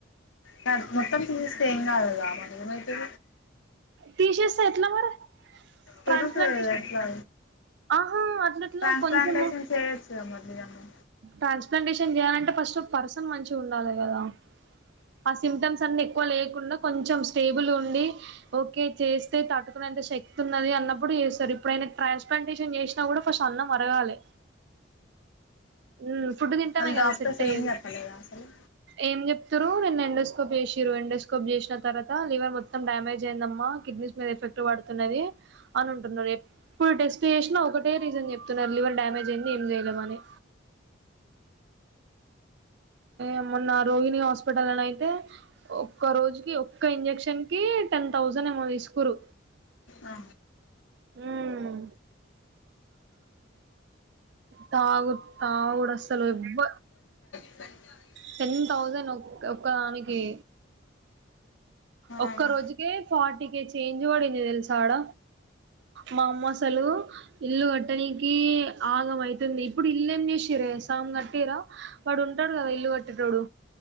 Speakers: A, on the left; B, on the right.
A: కాద్ మొత్తం తీసిస్తే ఏం కాదు కాదా మన ఏమైతది
B: తీచేస్తే ఎట్లా మరి ట్రాంస్పన్
A: పెరుగుతది
B: తీశే
A: కదా ఎట్లా
B: ఆహా అట్లట్లా
A: ట్రాన్స్ప్లాంటేషన్
B: కొంచము
A: చేయొచ్చు కదా మరి నిజంగా
B: టాన్స్ కండీషన్ జేయలంటే ఫస్టు పర్సన్ మంచి ఉండాలి కదా ఆ సింప్టం అన్ని ఎక్కు లేకుండా కొంచెం స్టేబుల్ ఉండి ఒకే చేస్తే తట్టుకునేంత శక్తి వున్నది అన్నపుడు చేస్తరు ఇపుడు అయినకు ట్రాన్స్ కండిషన్ చేసినా ఫస్ట్ అన్నం అరగాలే ఊ ఫుడ్ తింటేనే
A: మళ్ళీ
B: కదా
A: డాక్టర్స్
B: సెట్ అయ్యేది
A: ఏం చెప్పలేదా అసలు
B: ఏం చెప్ తిరు వెంఎండోస్కోప్ వేసిరూ వేండస్ కోం చేసిన తరువాత లివర్ మొత్తం డామేజ్ ఎందమ్మ కిడ్నీస్ మీద ఎఫెక్ట్ పడుతునది అని అంటునరు ఎప్పుడు టెస్ట్ చేసిన ఒకే రీజన్ చెప్తున్నారు లివర్ డమేజ్ అయిం ఏందేలే మని ఏమో నాక్ రోహిణి హాస్పిటల్ అని అయితే ఒక్క రోజుకి ఒక్క ఇంజక్షన్ కి టెన్ థౌజండ్ ఏమో తీసుకురు
A: ఆ
B: ఊ తాగు తావుడసలు ఎవ్వ
A: ప
B: టెన్ తౌసండ్ ఒ ఒకామిది ఏ ఒక్క
A: అవునా
B: రోజుకే ఫార్టీ అటికే చేంజ్ పడింది తెలుసా అడ మా అమ్మ అసలు ఇల్లు కట్టడానికి ఆగం అయ్యింది ఇప్పుడు ఇల్లు ఏం చేసార సామ్ కట్టరా వాడు ఉంటాడు కదా ఇల్లు కట్టేటోడు